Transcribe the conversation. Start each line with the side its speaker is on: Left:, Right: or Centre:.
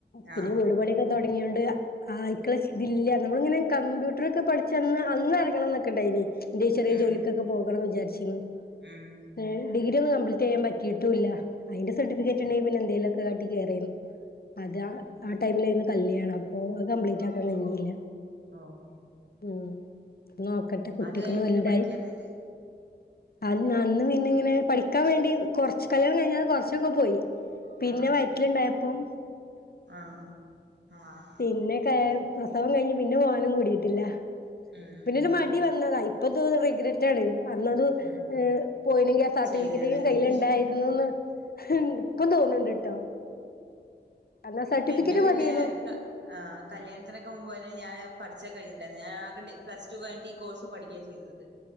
Left: പിന്നെ
Right: ആഹ്
Left: വീട് പണി ഒക്കെ തൊടങ്ങിയോണ്ട്. ആഹ് ഇക്കള തില്ല. നമ്മളിങ്ങനെ കമ്പ്യൂട്ടറൊക്കെ പഠിച്ചന്ന് അന്ന് എറങ്ങണന്നൊക്കെ ണ്ടായിനി. ന്തേ ചെറിയ
Right: ഉം
Left: ജോലിക്കൊക്കെ പോകണം വിചാര്ച്ചിനി.
Right: ഉം.
Left: എഹ് ഡിഗ്രി ഒന്നും കംപ്ലീറ്റെയ്യാൻ പറ്റിട്ടുല്ല. അയ്ന്റെ സർട്ടിഫിക്കറ്റ്ണ്ടെങ്കി പിന്നെ എന്തേലൊക്. കാട്ടികേറീന്നു, അത് ആ,
Right: ഉം
Left: ആ ടൈമിലേരുന്നു കല്യാണം അപ്പൊ അത് കംപ്ലീറ്റ് ആക്കാൻ കഴിഞ്ഞില്ല.
Right: ആഹ്
Left: ഉം നോക്കട്ടെ കുട്ട്യൊക്കൊന്നു
Right: അത് കഴിഞ്ഞ്
Left: വൽതായി.
Right: പിന്നെ പഠിക്കായിരുന്നില്ലേ
Left: അന്ന് അന്ന് പിന്നെങ്ങനെ പഠിക്കാൻ വേണ്ടി കൊർച്ച് കല്യാണം കഴിഞ്ഞാണ്ട് കൊർച്ചൊക്കെ പോയി. പിന്നെ
Right: ആഹ്
Left: വയറ്റില് ണ്ടായപ്പം.
Right: ആഹ് ആഹ്.
Left: പിന്നെ കയ് പ്രസവം കഴിഞ്ഞ് പിന്നെ പോകാനും കൂടിയിട്ട്ല്ല.
Right: ഉം.
Left: പിന്നരു മടി വന്നതാ. ഇപ്പൊ തോന്നു റിഗ്രറ്റ് അടിക്കും. അന്നത്
Right: ആഹ്
Left: പോയിനെങ്കിൽ ആ സർട്ടിഫിക്കറ്റ്
Right: ചെയ്തിരുന്നെങ്കി
Left: എങ്കിലും കയ്യില് ണ്ടായിരുന്നുന്ന്. ഹും ഇപ്പം തോന്ന്ണ്ട് ട്ടോ. അന്നാ സർട്ടിഫിക്കറ്റ്
Right: എന്റെ പിന്നെ
Left: മതിയേന്നു
Right: ഒക്കെ ക. ആഹ് കല്യാണത്തിന് ഒക്കെ മുൻപ് തന്നെ ഞാന് പഠിച്ച്ക്ക കഴിഞ്ഞിണ്ടായിരുന്നു ഞാന് ആകെ ടി പ്ലസ്ടു കഴിഞ്ഞിട്ട് ഈ കോഴ്സ് പഠിക്കുകയാ ചെയ്തത്.